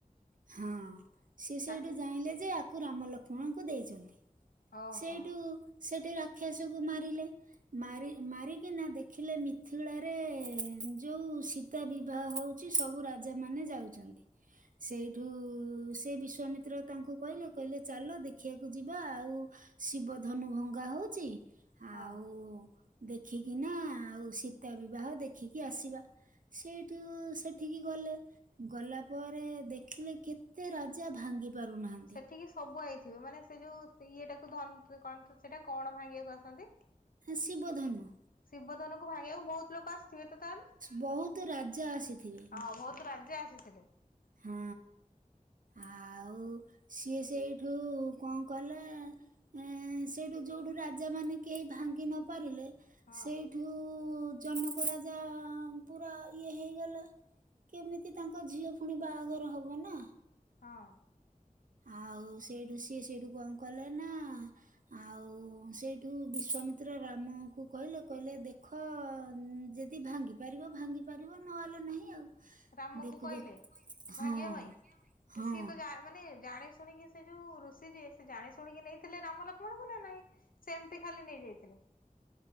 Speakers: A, on the right; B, on the left.
A: ହଁ ସିଏ ସେଇଠୁ
B: ରାକ୍ଷସ
A: ଜାଣିଲେ ଯେ ଆକୁ ରାମ ଲକ୍ଷ୍ କ୍ଷଣ ଙ୍କୁ ଦେଇଛନ୍ତି
B: ଓହୋ
A: ସେଇଠୁ ସେଠି ରାକ୍ଷସକୁ ମାରିଲେ। ମାରି ମାରିକିନା ଦେଖିଲେ ମିଥିୁଳାରେ ଯୋଉ ସି ତା ବିବାହ ହଉଛି ସବୁ ରାଜା ମାନେ ଯାଉଛନ୍ତି। ସେଇଠୁ ସେ ବିଶ୍ଵାମିତ୍ର ତାଙ୍କୁ କହିଲେ କହିଲେ ଚାଲ ଦେଖିବାକୁ ଯିବା ଆଉ। ଶିବ ଧନୁ ଭଙ୍ଗା ହଉଛି
B: ହଁ।
A: ଆଉ। ଦେଖିକି ନା ଆଉ ସୀତା ବିବାହ ଦେଖିକି ଆସିବା। ସେଠୁ ସେଠିକି ଗଲେ ଗଲା। ପରେ ଦେଖିଲେ କେତେ ରାଜା ଭାଙ୍ଗି ପାରୁନାହାନ୍ତି।
B: ସେଠିକି ସବୁ ଆଇଥିବେ ମାନେ ସେ ଯୋଉ ଇଏଟାକୁ ଧନ୍ କଣ ତ ସେଟା କଣ ଭାଙ୍ଗିବାକୁ ଆସନ୍ତି।
A: ଶିବଧନୁ।
B: ଶିବଧନୁ ଭାଙ୍ଗିବାକୁ ବହୁତ ଲୋକ ଆସିଥିବେ ତ ତାହେଲେ
A: ବହୁତ ରାଜା ଆସିଥିବେ
B: ହଁ ବହୁତ ରାଜା ଆସିଥିଲେ।
A: ହଁ। ଆଉ ସିଏ ସେଇଠୁ କଣ କଲେ। ଏଁ ସେଇଠୁ ଯୋଉଠୁ ରାଜା ମାନେ କେହି ଭାଙ୍ଗି ନ ପାରିଲେ।
B: ହଁ
A: ସେଇଠୁ ଜନକ ରାଜା ପୁରା ଇଏ ହେଇଗଲେ। କେମିତି ତାଙ୍କ ଝିଅ ପୁଣି ବାହାଘର ହବ ନା।
B: ହଁ।
A: ଆଉ ସେଇଠୁ ସିଏ ସେଇଠୁ କଣ କଲେ ନା। ଆଉ ସେଇଠୁ ବିଶ୍ଵାମିତ୍ର ରାମ କୁ କହିଲେ କହିଲେ ଦେଖ। ଯଦି ଭାଙ୍ଗି ପାରିବ ଭାଙ୍ଗି ପାରିବ ନହେଲେ ନାହିଁ ଆଉ।
B: ରାମଙ୍କୁ
A: ଦେଖୁ
B: କହିଲେ
A: ଦେଖୁ ହଁ
B: ଭାଗିବା ପାଇଁ
A: ହଁ
B: ସିଏ ତ ଯା ମାନେ ଜାଣି ଶୁଣିକି ସେ ଯୋଉ ଋଷି ଯିଏ ସେ ଜାଣି ଶୁଣିକି ନେଇଥିଲେ ରାମ ଲକ୍ଷ୍ମଣଙ୍କୁ ନା ନାଇଁ। ସେମିତି ଖାଲି ନେଇଯାଇଥିଲେ।